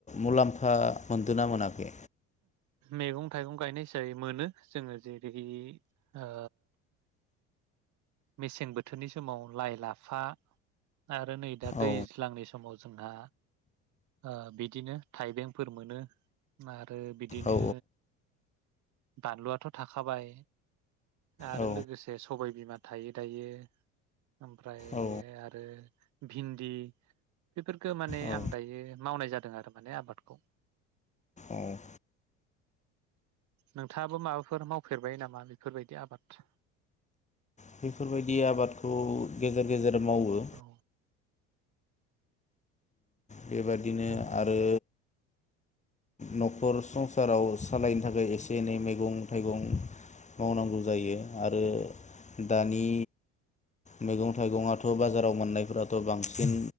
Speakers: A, on the left; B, on the right.
A: मुलामफा मोनदोंना मोनाखै?
B: मैगं थाइगं गायनाय हिसाबै मोनो जोङो जेरै ओ मेसें बोथोरनि समाव लाइ लाफा आरो नै दा दैज्लांनि
A: औ
B: समाव जोंहा ओ बिदिनो थाइबेंफोर मोनो ओ आरो बिदिनो
A: औ
B: बानलुवाथ' थाखाबाय आरो
A: औ
B: लोगोसे सबाय बिमा थायो दायो ओमफ्राय
A: औ
B: आरो भिन्दि बेफोरखौ माने
A: औ
B: आं दायो मावनाय जादों आरो माने आबादखौ
A: औ
B: नोंथाङाबो माबाफोर मावफेरबाय नामा बेफोरबायदि आबाद
A: बेफोरबायदि आबादखौ गेजेर गेजेर मावो
B: औ
A: बेबादिनो
B: औ
A: आरो न'खर संसाराव सालायनो थाखाय एसे एनै मैगं थाइगं मावनांगौ जायो आरो दानि मैगं थाइगङाथ' बाजाराव मोननायफोराथ' बांसिन